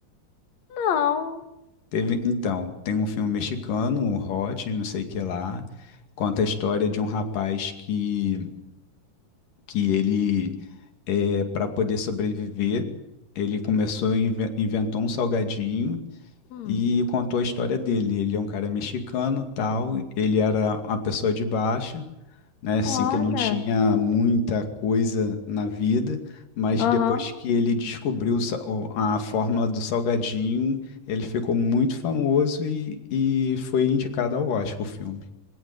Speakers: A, on the left; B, on the left.
A: Não.
B: Teve, então, tem um filme mexicano, o Hot, não sei o que lá, conta a história de um rapaz que que ele, é, para poder sobreviver, ele começou, a inventou um salgadinho
A: Hum.
B: e contou a história dele. Ele é um cara mexicano, tal, ele era uma pessoa de baixa, né, assim,
A: Olha.
B: que não tinha muita coisa na vida, mas
A: Aham.
B: depois que ele descobriu o sa- o- a fórmula do salgadinho, ele ficou muito famoso e, e foi indicado ao Oscar o filme,